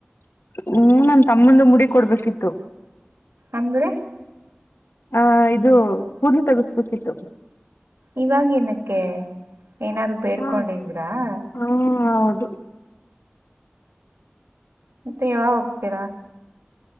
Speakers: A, on the left; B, on the right.
A: ಹ್ಮ ನನ್ ತಮ್ಮಂದು ಮುಡಿ ಕೊಡ್ಬೇಕಿತ್ತು <unintelligible>
B: ಅಂದ್ರೆ <unintelligible>
A: ಆ ಇದು ಪುದಿ ತಗಸ್ಬೇಕಿತ್ತು <unintelligible>
B: ಇವಾಗ್ ಏನಕ್ಕೆ ಏನಾದರು ಬೇಡ್ಕೊಂಡಿದ್ರಾ
A: ಹ
B: <unintelligible>
A: ಹಾ ಹೌದು <unintelligible>
B: ಮತ್ತೆ ಯಾವಾಗ ಹೋಗ್ತೀರಾ <unintelligible>